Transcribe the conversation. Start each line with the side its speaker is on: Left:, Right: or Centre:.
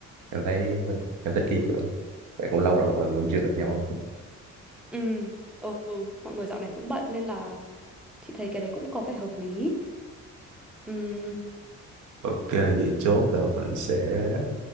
Right: em thấy em thích cái vụ đó tại cũng lâu rồi mọi người cũng chưa gặp nhau
Centre: Ừ, ừ, ừ, mọi người dạo này cũng bận nên là chị thấy cái đấy cũng có vẻ hợp lý. Ừ,
Right: ok vậy chốt là mình sẽ